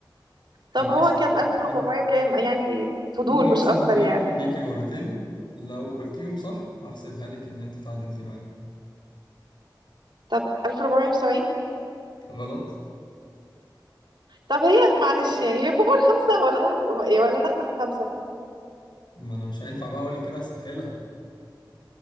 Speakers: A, on the right (about 70°); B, on the left (about 70°).
A: طب
B: طب ماشي
A: هو كان 1400
B: انت
A: وكام يعني فضول
B: قولي
A: مش
B: مثلا
A: اكتر
B: ليكي
A: يعني
B: ليكي مرتين لو قلتيهم صح هحسبها لك ان انت تعادلتي معايا
A: طب 1470
B: غلط
A: طب هي معلش يعني هي فوق الخمسة ولا تحت ولا تحت الخمسة
B: ما انا مش هينفع بقى اقول لك كده اسهلها